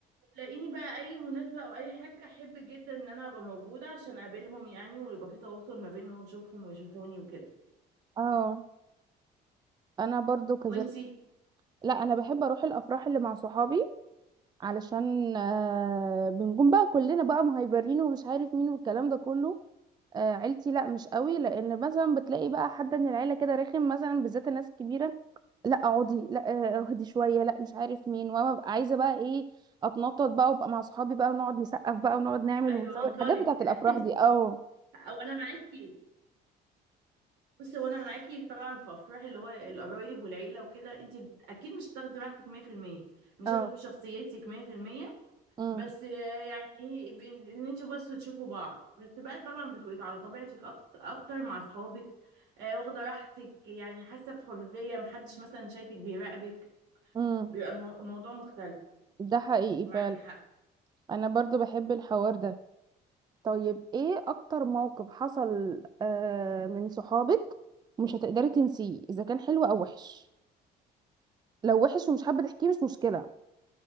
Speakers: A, on the right; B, on the right.
A: تلاقيني بقى اي مناسبة او اي حاجة احب جدا ان انا ابقى موجودة عشان اقابلهم يعني ويبقى في تواصل ما بينهم اشوفهم ويشوفوني وكده
B: اه انا برضو كذلك
A: وانتي
B: لا انا بحب اروح الافراح اللي مع صحابي علشان آه بنكون بقى كلنا بقى مهيبرين ومش عارف مين والكلام ده كله آه عيلتي لا مش قوي لان مثلا بتلاقي بقى حد من العيله كده رخم مثلا بالذات الناس الكبيره لا اقعدي لا آه، اهدي شويه لا مش عارف مين وانا ببقى عايزه بقى ايه اتنطط بقى وابقى مع صحابي بقى ونقعد نسقف بقى ونقعد نعمل
A: ايوه
B: ونسوي
A: انطلق
B: الحاجات بتاعت
A: <laughs>
B: الافراح دي اه
A: او انا معاكي بصي وانا معاكي طبعا في افراح اللي هو القرايب والعيله وكده انت اكيد مش هتاخدي راحتك 100% مش
B: اه
A: هتبقي شخصيتك 100%
B: امم
A: بس يعني ايه ب- ان انتوا بس تشوفوا بعض بس بقى طبعا بتبقي على طبيعتك أكت- اكتر مع اصحابك آه، واخده راحتك يعني حاسه بحريه محدش مثلا شايفك بيراقبك
B: امم
A: بيبقى المو- الموضوع مختلف
B: ده حقيقي
A: معاكي
B: فعلا
A: حق
B: انا برضو بحب الحوار ده طيب ايه اكتر موقف حصل آه من صحابك مش هتقدري تنسيه اذا كان حلو او وحش لو وحش ومش حابه تحكيه مش مشكله